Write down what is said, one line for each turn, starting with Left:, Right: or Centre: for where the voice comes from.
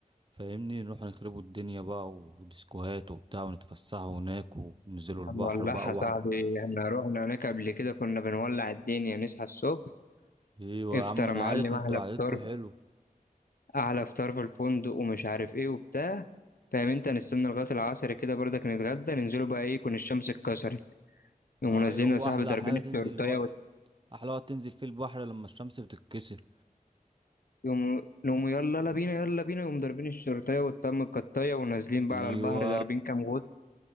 Right: فاهمني نروح نخربوا الدنيا بقى وديسكوهات وبتاع ونتفسحوا هناك وننزلوا البحر
Left: هنولعها
Right: بقى
Left: يا
Right: واحد
Left: صاحبي احنا رحنا هناك قبل كده كنا بنولع الدنيا نصحى الصبح
Right: ايوه
Left: افطر
Right: يا عم انا
Left: يا معلم
Right: عارف انتوا
Left: أحلى
Right: قعدتكوا
Left: فطار
Right: حلو
Left: احلى فطار في الفندق ومش عارف ايه وبتاع فاهم انت نستنى لغايه العصر كده برضك نتغدى ننزلوا بقى ايه يكون الشمس اتكسرت يقوموا
Right: ايوه
Left: نازلين
Right: هو
Left: يا صاحبي
Right: احلى
Left: ضاربين
Right: حاجه تنزل
Left: الشورتايه
Right: الوقت
Left: وال-
Right: احلى وقت تنزل فيه البحر لما الشمس بتتكسر
Left: يقوموا يقوموا يلا لا بينا يلا بينا يقوموا ضاربين الشورتايه والطم القطايه ونازلين بقى
Right: ايوه
Left: على البحر ضاربين كام غطس